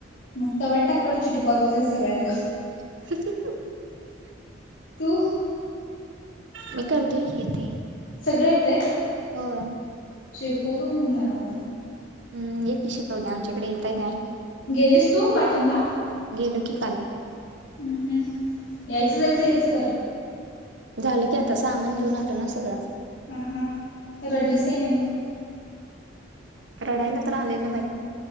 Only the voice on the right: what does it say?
<unintelligible>
मी करतोय की इथे
होय
हम ये की शिकवते आमच्याकडे येताय काय
गेलो की काल
झालं की आता सामान घेऊन आलो ना सगळं.
रडायला तर आलेलं बाई